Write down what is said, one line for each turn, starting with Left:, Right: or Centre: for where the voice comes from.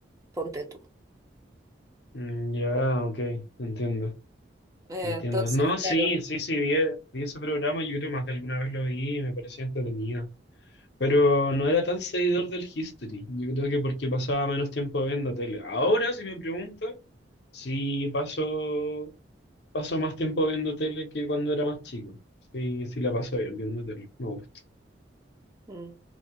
Right: ponte tú.
Left: Mm, Ya, ok, entiendo,
Right: Eh,
Left: entiendo.
Right: entonces,
Left: No, sí,
Right: claro.
Left: sí, sí, vi, vi ese programa, yo creo más de alguna vez lo vi y me parecía entretenido. Pero no era tan seguidor del History, yo creo que porque pasaba menos tiempo viendo tele. Ahora, si me preguntas, sí paso, paso más tiempo viendo tele que cuando era más chico. Sí, sí la paso bien viendo tele, me gusta.
Right: mm.